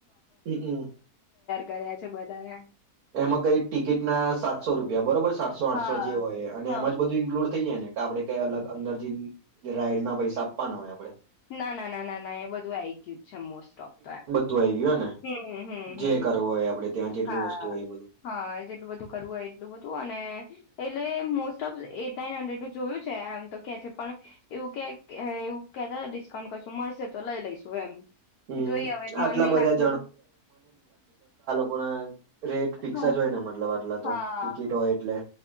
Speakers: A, on the right; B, on the left.
A: હમમ
B: કર્યા છે બધાને
A: એમાં કઈ ટિકિટ ના સાતસો રૂપિયા બરોબર સાતસો આઠસો
B: હા
A: જે હોય, અને
B: હા
A: એમાં જ બધું ઈન્કલુડ થઈ જાય ને? આપડે કઈ અલગ અંદરજી રાઈડ ના પૈસા આપવાના હોય આપડે
B: ના ના ના ના ના એ બધું આવી ગયું જ છે મોસ્ટ ઓફ તો એમ
A: તુ આવી ગયોને
B: હમ હમ
A: જે
B: હમ
A: કરવું હોય આપડે ત્યાં જેટલું
B: હા
A: વસ્તુ હોય એ બધું
B: હા જેટલું બધું કરવું હોય એટલું બધું અને એટલે મોસ્ટ ઓફ એટ નાઈન હંડ્રેડું જોયું છે, એમ તો કે છે. પણ એવું કે એવું કેતા કશું મળશે તો લઈ લઈશું એમ
A: હમ
B: જોઈ હવે
A: આટલા
B: મન નહી
A: બધા
B: લાગતું
A: પણા રેટ પિક્સા
B: કે-
A: જો હોય ને મતલબ. પેલા
B: હા
A: તો ટિકિટ હોય એટલે